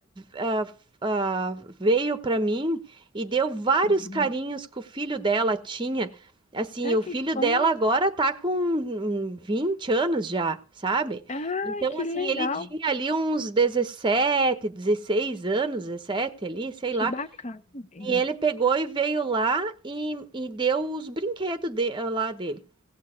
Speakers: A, on the right; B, on the left.
A: ah, ah, veio para mim e deu vários
B: Aham.
A: carinhos que o filho dela tinha? Assim,
B: Ah,
A: o
B: que
A: filho
B: bom.
A: dela agora tá com hum, 20 anos já, sabe?
B: Ai,
A: Então,
B: que
A: assim,
B: legal.
A: ele tinha ali uns 17, 16 anos, 17 ali, sei
B: Que
A: lá.
B: bacana, amiga.
A: E ele pegou e veio lá e, e deu os brinquedos de- lá dele.